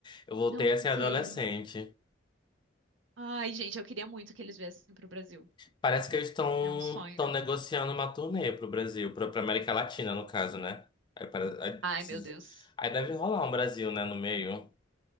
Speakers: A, on the left; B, on the right.
A: Eu voltei
B: Não
A: a ser
B: creio.
A: adolescente.
B: Ai, gente, eu queria muito que eles viessem pro Brasil.
A: Parece que eles estão
B: É um sonho.
A: estão negociando uma turnê pro Brasil, pro, pra América Latina, no caso, né? Aí, para- aí-
B: Ai, meu Deus.
A: aí deve rolar um Brasil, né, no meio.